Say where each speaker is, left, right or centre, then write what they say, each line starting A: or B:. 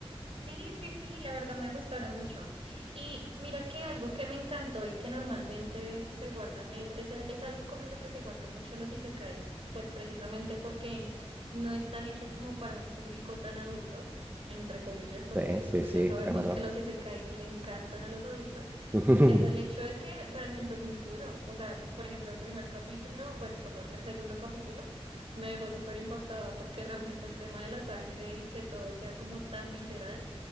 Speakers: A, on the right (about 60°); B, on the right (about 20°).
A: Sí, sí, sí, la verdad me gustaron mucho. Y mira que algo que me encantó y que normalmente se guardan, es, es- e, es algo como lo que se guardan mucho los isekais, pues precisamente porque no están hechos como para un público tan adulto, entre comillas, porque
B: Sí, sí,
A: tú
B: sí,
A: y yo sabemos
B: es verdad.
A: que los isekais le encantan a los adultos,
B: <laughs>
A: es el hecho de que realmente es muy duro. O sea, por ejemplo, el primer capítulo, bueno, perdón, el segundo capítulo me dejó súper impactada porque realmente el tema de la sangre y que todo sea como tan visceral